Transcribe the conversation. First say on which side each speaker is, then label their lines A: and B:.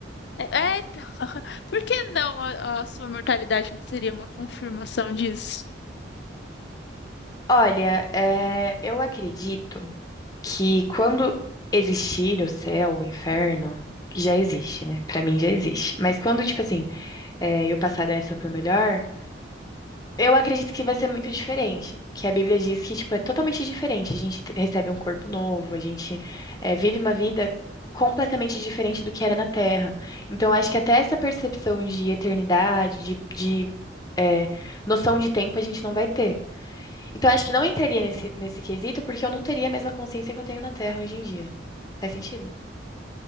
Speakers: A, on the left (about 60°); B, on the left (about 20°).
A: É, é, então, <laughs> por que não a, a sua mortalidade não seria uma confirmação disso?
B: Olha, é, eu acredito que quando existir o céu, o inferno, que já existe, né? Pra mim já existe. Mas quando, tipo assim, é, eu passar dessa pra melhor, Eu acredito que vai ser muito diferente, que a Bíblia diz que, tipo, é totalmente diferente. A gente te- recebe um corpo novo, a gente eh, vive uma vida completamente diferente do que era na Terra. Então, acho que até essa percepção de eternidade, de, de, eh, noção de tempo, a gente não vai ter. Então, acho que não entraria nesse, nesse quesito, porque eu não teria a mesma consciência que eu tenho na Terra hoje em dia. Faz sentido?